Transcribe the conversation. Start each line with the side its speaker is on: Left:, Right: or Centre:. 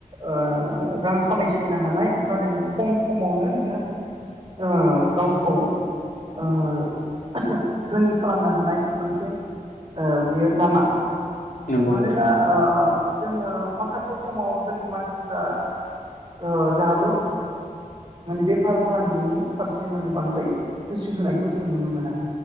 Right: ओ रां खामायसिननो हानाय बा नोङो खम समावनो नोङो ओ गावखौ ओ धोनि खालामनो हानाय मोनसे ओ बियो लामा।
Left: नंगौ
Right: मानोना
Left: नोंथां नंगौ
Right: ओ जोङो माखासे समाव जोंनि मानसिफ्रा ओ दाबो माने बेफार फालांगिनि फारसे माने बांद्राय गोसो होनायखौ जों नुनो मोना